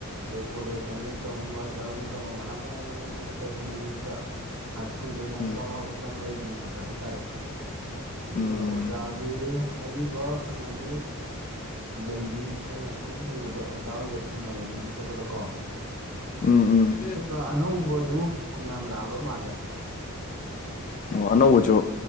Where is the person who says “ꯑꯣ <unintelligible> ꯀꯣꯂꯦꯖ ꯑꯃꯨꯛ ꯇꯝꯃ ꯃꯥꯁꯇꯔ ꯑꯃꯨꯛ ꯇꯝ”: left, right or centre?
Right